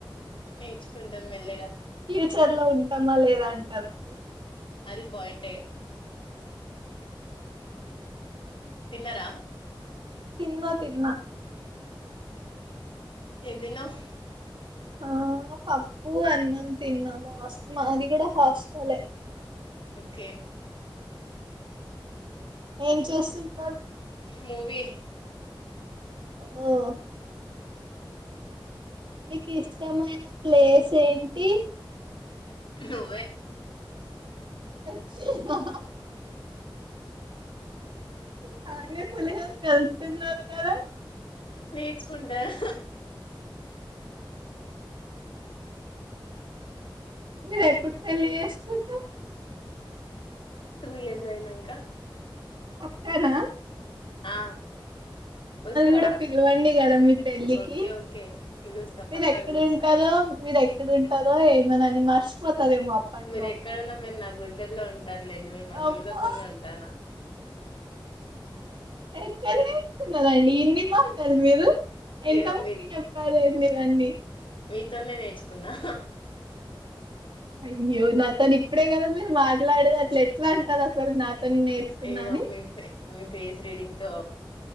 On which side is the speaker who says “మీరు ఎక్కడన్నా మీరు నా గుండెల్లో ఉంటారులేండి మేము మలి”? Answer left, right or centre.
Left